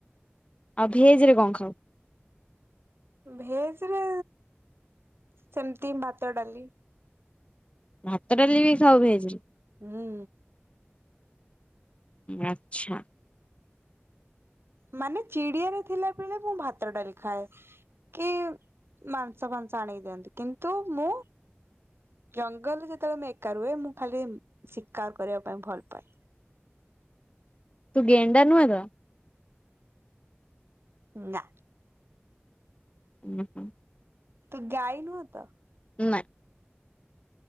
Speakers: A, on the left (about 30°); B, on the right (about 65°).
A: ଆଉ ଭେଜରେ କଣ ଖାଉ?
B: ଭେଜ ରେ ସେମିତି ଭାତ ଡାଲି।
A: ଭାତ ଡାଲି ବି ଖାଉ ଭେଜରେ?
B: ହୁଁ।
A: ଆଚ୍ଛା।
B: ମାନେ ଚିଡିଆରେ ଥିଲା ବେଳେ ମୁଁ ଭାତ ଡାଲି ଖାଏ। କି ମାଂସ ଫାଂସ ଆଣିକି ଦିଅନ୍ତି କିନ୍ତୁ ମୁଁ। ଜଙ୍ଗଲରେ ଯେତେବେଳେ ମୁଁ ଏକା ରହେ ମୁଁ ଖାଲି ଶିକାର କରିବା ପାଇଁ ଭଲ ପାଏ।
A: ଗେଣ୍ଡା ନୁହେଁ ତ?
B: ନା।
A: ହୁଁ ହୁଁ।
B: ତୁ ଗାଈ ନୁହ ତ।
A: ନାଁ।